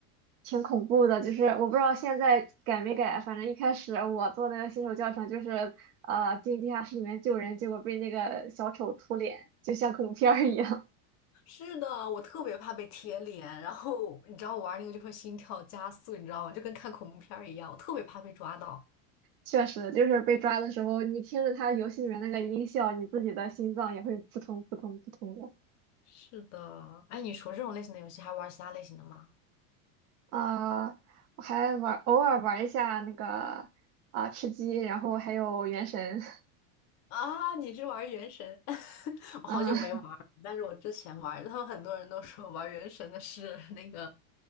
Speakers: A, on the right; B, on the left.
A: 挺恐怖的，就是我不知道现在改没改，反正一开始我做那个新手教程就是呃进地下室里面救人，结果被那个小丑秃脸，就像恐怖片儿一样。
B: 是的，我特别怕被贴脸，然后你知道我玩那个就会心跳加速，你知道吗？就跟看恐怖片儿一样，我特别怕被抓到。
A: 确实，就是被抓的时候，你听着他游戏里面那个音效，你自己的心脏也会扑通扑通扑通的。
B: 是的，哎，你除了这种类型的游戏，还玩其他类型的吗？
A: 啊、我还玩偶尔玩一下那个啊、吃鸡，然后还有原神，
B: 啊，你是玩原神？<laughs> 我好久没玩儿但是我之前玩儿，
A: <laughs> 嗯。
B: 他们很多人都说玩原神的是 <laughs> 那个，